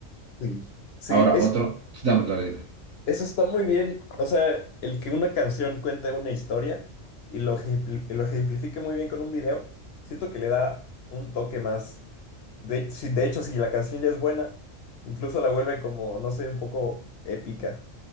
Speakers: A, on the left; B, on the right.
A: Sí. Sí,
B: Ahora,
A: es
B: otro, dame, dale, dime.
A: Eso está muy bien. O sea, el que una canción cuente una historia y lo, ejempli- y lo ejemplifique muy bien con un video, siento que le da un toque más. De, si- de hecho, si la canción ya es buena, incluso la vuelve como, no sé, un poco épica.